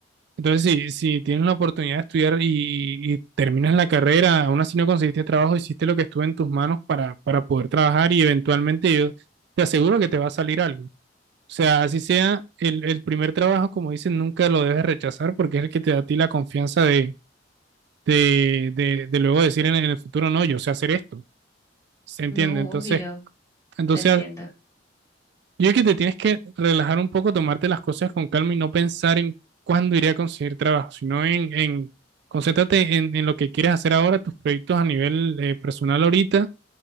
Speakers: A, on the right; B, on the left.
A: Entonces, si, si tienes la oportunidad de estudiar y, y terminas la carrera, aún así no conseguiste trabajo, hiciste lo que estuvo en tus manos para, para poder trabajar y eventualmente yo te aseguro que te va a salir algo. O sea, así sea el, el primer trabajo, como dicen, nunca lo debes rechazar porque es el que te da a ti la confianza de, de, de, de luego decir en, en el futuro, no, yo sé hacer esto. ¿Se entiende?
B: No,
A: Entonces,
B: obvio,
A: entonces
B: te entiendo.
A: Yo creo que te tienes que relajar un poco, tomarte las cosas con calma y no pensar en cuándo iré a conseguir trabajo, sino en, en concéntrate en, en lo que quieres hacer ahora, tus proyectos a nivel eh, personal ahorita,